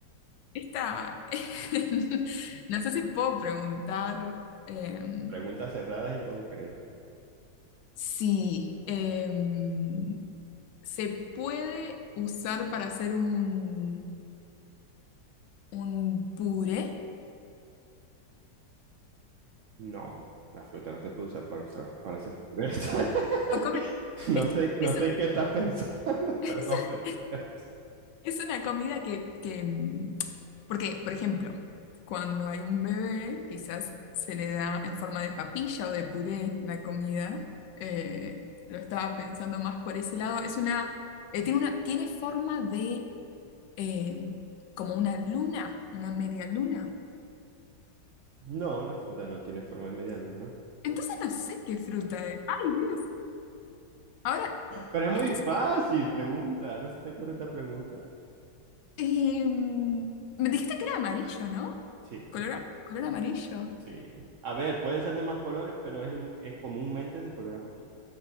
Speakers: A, on the left (about 80°); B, on the right (about 80°).
A: esta, <laughs> no sé si puedo preguntar em,
B: Preguntas cerradas y concretas.
A: si... em, se puede usar para hacer un, un puré.
B: No, la fruta no se puede usar para, usar- para hacer pureza. <laughs>
A: Lo come-
B: No
A: es,
B: sé, no
A: es
B: sé
A: un-
B: en qué estás pensando, <laughs>
A: <laughs> es
B: pero no se puede.
A: es una comida que, que, mm, porque, por ejemplo, cuando hay un bebé, quizás se le da en forma de papilla o de puré la comida. Eh, lo estaba pensando más por ese lado. Es una, eh, tiene una, tiene forma de eh, como una luna, una media luna.
B: No, la fruta no tiene forma de media luna.
A: Entonces no sé qué fruta es. ¡Ay, Dios! Ahora,
B: Pero es muy
A: esta
B: fácil,
A: es
B: pregunta. ¿No se te ocurre esta pregunta?
A: Em, me dijiste que era amarillo, ¿no?
B: Sí,
A: Color, color amarillo.
B: sí. A ver, puede ser de más colores, pero es, el- es comúnmente de color amarillo.